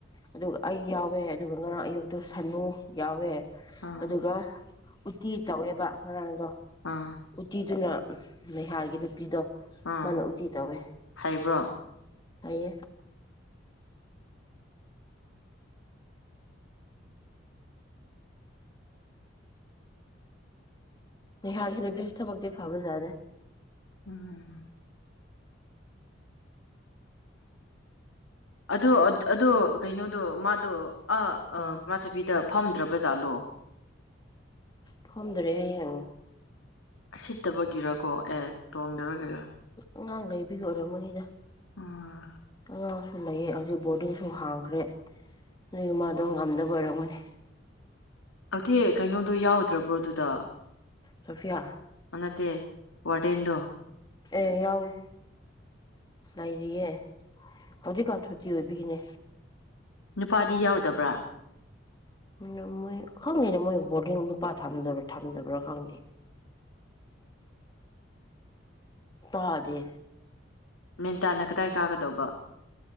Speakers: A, on the left; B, on the left.
A: ꯑꯗꯨꯒ ꯑꯩ ꯌꯥꯎꯋꯦ ꯑꯗꯨꯒ ꯉꯔꯥꯡ ꯑꯌꯨꯛꯇꯣ ꯁꯅꯨ ꯌꯥꯎꯋꯦ
B: ꯑꯥ
A: ꯑꯗꯨꯒ ꯎꯇꯤ ꯇꯧꯋꯦꯕ ꯍꯔꯥꯡꯗꯣ
B: ꯑꯥ
A: ꯎꯇꯤꯗꯨꯅ ꯅꯤꯍꯥꯒꯤ ꯅꯨꯄꯤꯗꯣ <inaudible>
B: ꯑꯥ ꯍꯩꯕ꯭ꯔꯣ
A: ꯍꯥꯏꯌꯦ <inaudible> ꯊꯕꯛꯗꯤ ꯐꯥꯕ ꯌꯥꯗꯦ
B: ꯎꯝ ꯑꯗꯣ ꯑꯗꯣ ꯀꯩꯅꯣꯗꯣ ꯃꯥꯗꯣ ꯑ ꯑ
A: ꯎꯝ
B: ꯀꯅꯥꯥꯊꯕꯤꯗ ꯐꯝꯗ꯭ꯔꯕꯖꯥꯠꯂꯣ
A: ꯐꯣꯝꯗꯣꯔꯦ ꯍꯌꯦꯡ
B: ꯁꯤꯠꯇꯕꯒꯤꯔꯀꯣ ꯑꯦ ꯇꯣꯡꯗꯔꯒ <inaudible>
A: ꯑꯉꯥꯡ ꯂꯩꯕꯒꯤ ꯑꯣꯏꯔꯝꯃꯅꯤꯗ
B: ꯑꯥ
A: ꯑꯉꯥꯡꯁꯨ ꯂꯩꯌꯦ ꯍꯧꯖꯤꯛ ꯕꯣꯔꯗꯤꯡꯁꯨ ꯍꯥꯡꯈ꯭ꯔꯦ ꯑꯗꯨꯗꯒꯤ ꯃꯗꯣ ꯉꯝꯗꯕ ꯑꯣꯏꯔꯝꯒꯅꯤ
B: ꯑꯗꯨꯇꯦ ꯀꯩꯅꯣꯗꯣ ꯌꯥꯎꯗ꯭ꯔꯕ꯭ꯔꯣ ꯑꯗꯨꯗ
A: ꯁꯣꯐꯤꯌꯥ
B: ꯅꯠꯇꯦ ꯋꯥꯔꯗꯦꯟꯗꯣ
A: ꯑꯦ ꯌꯥꯎꯋꯦ ꯂꯩꯔꯤꯌꯦ ꯍꯧꯖꯤꯛꯀꯥꯟ ꯁꯨꯇꯤ ꯑꯣꯏꯕꯤꯒꯤꯅꯦ
B: ꯅꯨꯄꯥꯗꯤ ꯌꯥꯎꯗꯕ꯭ꯔꯥ
A: ꯎ ꯃꯣꯏ ꯈꯪꯗꯦꯅ ꯃꯣꯏ ꯕꯣꯔꯗꯤꯡ ꯂꯨꯄꯥ ꯊꯕ꯭ꯔꯥ ꯊꯝꯗꯕ꯭ꯔꯥ ꯈꯪꯗꯦ ꯇꯥꯖꯦ
B: ꯃꯦꯟꯇꯥꯅ ꯀꯗꯥꯏ ꯀꯥꯒꯗꯧꯕ